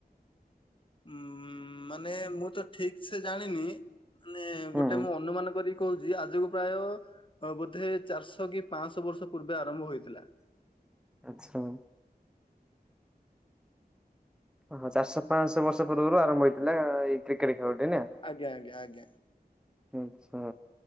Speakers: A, on the left; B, in the centre.
A: ଉଁ ମାନେ ମୁଁ ତ ଠିକି ସେ ଜାଣିନି। ମାନେ ଗୋଟେ
B: ହୁଁ
A: ମୁଁ ଅନୁମାନ କରିକି କହୁଚି ଆଜିକୁ ପ୍ରାୟ ଅ ବୋଧେ ଚାରିଶହ କି ପାଞ୍ଚଶହ ବର୍ଷ ପୂର୍ବେ ଆରମ୍ଭ ହୋଇଥିଲା।
B: ଆଛା। ହଁ ଚାରିଶ ପାଞ୍ଚଶହ ବର୍ଷ ପୂର୍ବରୁ ଆରମ୍ଭ ହେଇଥିଲା ଏଇ କ୍ରିକେଟ ଖେଳଟେ ନା?
A: ଆଜ୍ଞା ଆଜ୍ଞା ଆଜ୍ଞା।
B: ଆଛା।